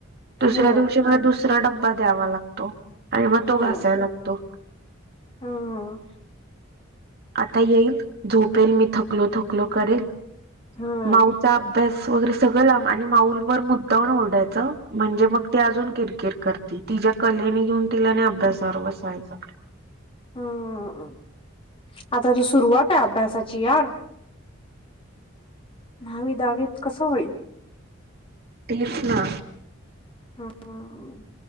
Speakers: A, on the right; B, on the left.
A: दुसऱ्या
B: हम्म
A: दिवशी मला दुसरा डब्बा द्यावा लागतो. तेव्हा तो
B: हम्म
A: घास य लागतो.
B: हम्म
A: आता येईल झोपेल मी थकलो थकलो करेल.
B: हम्म
A: माऊचा अभ्यास वगैरे सगळ लांब आणि माऊवर मुद्दामून ओरडायचं म्हणजे मग ती आजून किरकिर करती. तिच्या कलेने घेऊन तिला आणि अभ्यासावर बसवायचं.
B: हम्म आता तर सुरुवात आहे अभ्यासाची यार. नावी दहावीत कसं होईल?
A: तेच ना.
B: हम्म.